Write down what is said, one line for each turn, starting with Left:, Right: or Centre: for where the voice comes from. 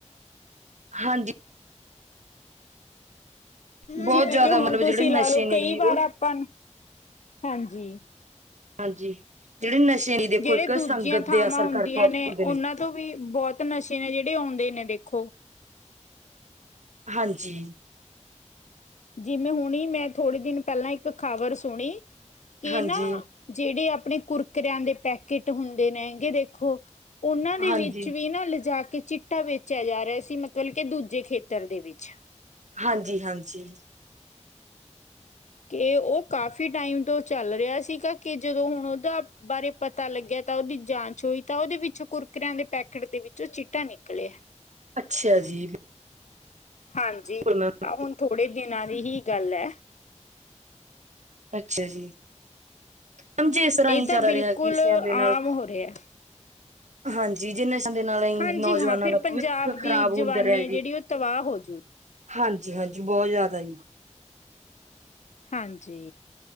Right: ਹਾਂਜੀ ਬਹੁਤ
Left: ਜਿਵੇਂ
Right: ਜ਼ਿਆਦਾ
Left: ਕਿ ਹੁਣ
Right: ਮਤਲਬ
Left: ਤੁਸੀਂ
Right: ਜਿਹੜੇ ਨਸ਼ੇ
Left: ਲਾ ਲੋ
Right: ਨੇ
Left: ਕਈ
Right: ਜੀ
Left: ਵਾਰ
Right: ਉਹ
Left: ਆਪਾਂ ਨੂੰ ਹਾਂਜੀ।
Right: ਹਾਂਜੀ ਜਿਹੜੇ ਨਸ਼ੇ ਨੇ ਦੇਖੋ
Left: ਜਿਹੜੇ
Right: ਇੱਕ
Left: ਦੂਜੀਆਂ
Right: ਸੰਗਤ
Left: ਥਾਵਾਂ
Right: ਦੇ ਅਸਰ
Left: ਹੁੰਦੀਆਂ
Right: ਕਰਕੇ
Left: ਨੇ
Right: ਹੁੰਦੇ
Left: ਉਹਨਾਂ ਤੋਂ ਵੀ ਬਹੁਤ ਨਸ਼ੇ ਨੇ, ਜਿਹੜੇ ਆਉਂਦੇ ਨੇ ਦੇਖੋ।
Right: ਹਾਂਜੀ।
Left: ਜਿਵੇਂ ਹੁਣੀ ਮੈਂ ਥੋੜ੍ਹੇ ਦਿਨ ਪਹਿਲਾਂ, ਇੱਕ ਖਬਰ ਸੁਣੀ ਕਿ
Right: ਹਾਂਜੀ
Left: ਨਾ ਜਿਹੜੇ ਆਪਣੇ ਕੁਰਕਰਿਆਂ ਦੇ ਪੈਕੇਟ ਹੁੰਦੇ ਨੇਗੇ ਦੇਖੋ ਉਹਨਾਂ ਦੇ
Right: ਹਾਂਜੀ
Left: ਵਿੱਚ ਵੀ ਨਾ ਲਿਜਾ ਕੇ ਚਿੱਟਾ ਵੇਚਿਆ ਜਾ ਰਿਹਾ ਸੀ, ਮਤਲਬ ਕਿ ਦੂਜੇ ਖੇਤਰ ਦੇ ਵਿੱਚ।
Right: ਹਾਂਜੀ-ਹਾਂਜੀ।
Left: ਕਿ ਉਹ ਕਾਫ਼ੀ ਟਾਈਮ ਤੋਂ ਚੱਲ ਰਿਹਾ ਸੀਗਾ, ਕਿ ਜਦੋਂ ਹੁਣ ਉਹਦਾ ਬਾਰੇ ਪਤਾ ਲੱਗਿਆ, ਤਾਂ ਉਹਦੀ ਜਾਂਚ ਹੋਈ ਤਾਂ ਉਹਦੇ ਵਿੱਚੋਂ ਕੁਰਕਰਿਆਂ ਦੇ ਪੈਕਟ ਦੇ ਵਿੱਚ ਉਹ ਚਿੱਟਾ ਨਿਕਲਿਆ। <inaudible>
Right: ਅੱਛਾ ਜੀ।
Left: ਹਾਂਜੀ,
Right: ਬਿਲਕੁਲ ਮੈਮ
Left: ਆ ਹੁਣ ਥੋੜੇ ਦਿਨਾਂ ਦੀ ਹੀ ਗੱਲ ਐ।
Right: ਅੱਛਾ ਜੀ। ਮੈਮ ਜੇ ਇਸ ਤਰ੍ਹਾਂ
Left: ਇਹ
Right: ਹੀ
Left: ਤਾਂ
Right: ਚੱਲ
Left: ਬਿਲਕੁਲ
Right: ਰਿਹਾ ਕਿ ਨਸ਼ਿਆਂ ਦੇ
Left: ਆਮ
Right: ਨਾਲ
Left: ਹੋ ਰਿਹਾ।
Right: ਹਾਂਜੀ, ਜੇ ਨਸ਼ਿਆਂ ਦੇ ਨਾਲ ਹੀ
Left: ਹਾਂਜੀ
Right: ਨੌਜਵਾਨਾਂ
Left: ਹਾਂ ਫਿਰ
Right: ਦਾ
Left: ਪੰਜਾਬ
Right: ਭਵਿੱਖ
Left: ਦੀ
Right: ਖ਼ਰਾਬ ਹੁੰਦਾ
Left: ਜਵਾਨੀ
Right: ਰਿਹਾ
Left: ਹੈ ਜਿਹੜੀ
Right: ਜੀ।
Left: ਉਹ ਤਬਾਹ ਹੋਜੂ
Right: ਹਾਂਜੀ, ਹਾਂਜੀ ਬਹੁਤ ਜ਼ਿਆਦਾ ਜੀ।
Left: ਹਾਂਜੀ।